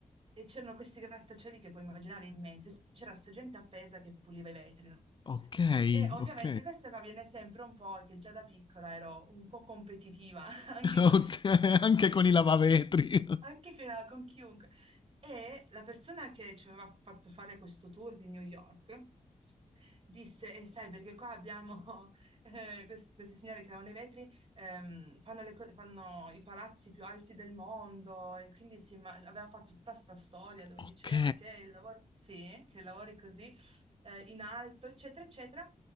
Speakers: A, on the right; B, on the left.
A: E c'erano questi grattacieli che puoi immaginare immensi, c'era sta gente appesa che puliva i vetri, no?
B: ok,
A: E ovviamente
B: ok.
A: questo che avviene sempre un po' è che già da piccola ero un po' competitiva, <laughs> anche
B: <laughs>
A: con,
B: Ok, anche con i lavavetri. <laughs>
A: anche con la- con chiunque. E la persona che ci aveva fatto fare questo tour di New York disse, e sai perché qua abbiamo <laughs> eh, quest- queste signore che lavano i vetri, ehm, fanno, le co- fanno i palazzi più alti del mondo e quindi si imma- aveva fatto tutta sta storia dove
B: Ok.
A: diceva che il lavoro, sì, che lavori così eh, in alto, eccetera, eccetera.